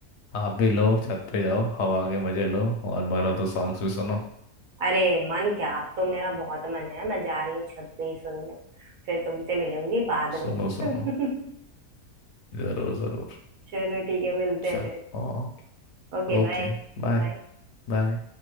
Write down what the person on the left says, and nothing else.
आप भी लो छत पे जाओ हवा के मजे लो और मनो
तो सॉन्ग्स भी सुनो
सुनो सुनो
जरूर जरूर
चलो
ओके
Okay
bye
बाय